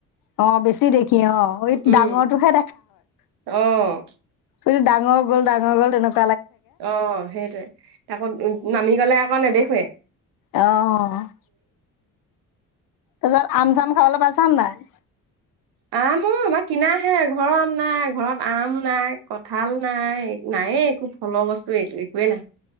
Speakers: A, on the left; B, on the right.
A: অ বেছি দেখি অ এই
B: উম,
A: ডাঙৰটোহে
B: অ'।
A: ইটো ডাঙৰ গ'ল ডাঙৰ গ'ল তেনেকা
B: অ' সেইটোৱে আকৌ উ নামি গ'লে মই নেদেখোয়ে।
A: অ'। তাৰপিছত আম-চাম খাবলৈ পাইছা নে নাই?
B: আম অ' আমাৰ কিনাাহে ঘৰৰ আম নাই, ঘৰত আম নাই, কঠাল নাই, নায়ে একো ফলৰ বস্তু। একোৱে নাই